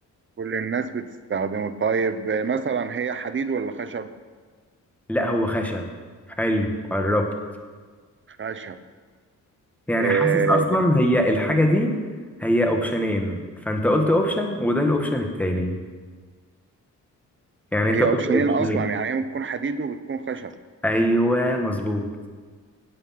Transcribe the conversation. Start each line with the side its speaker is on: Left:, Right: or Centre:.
Right: كل الناس بتستخدمه طيب آه، مثلا هي حديد ولا خشب
Centre: لا هو خشب حلو قربت
Right: خشب
Centre: يعني
Right: آه
Centre: حاسس اصلا هي الحاجة دي هي اوبشنين فانت قلت اوبشن وده الاوبشن التاني يعني انت
Right: هي
Centre: قلت
Right: اوبشنين
Centre: اوبشنين
Right: أصلا يعني هي ممكن تكون حديد وبتكون خشب
Centre: ايوه مظبوط